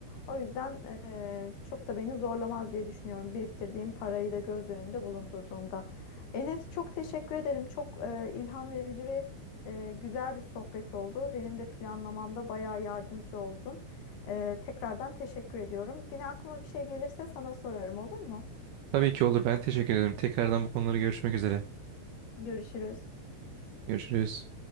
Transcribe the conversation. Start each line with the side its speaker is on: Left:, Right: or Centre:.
Left: O yüzden e, çok da beni zorlamaz diye düşünüyorum. Biriktirdiğim parayı da göz önünde bulundurduğumda. Enes çok teşekkür ederim. Çok e, ilham verici ve e, güzel bir sohbet oldu. Benim de planlamamda bayağı yardımcı oldun. E, tekrardan teşekkür ediyorum. Yine aklıma bir şey gelirse sana sorarım olur mu?
Right: Tabii ki olur. Ben teşekkür ederim. Tekrardan bu konuları görüşmek üzere.
Left: Görüşürüz.
Right: Görüşürüz.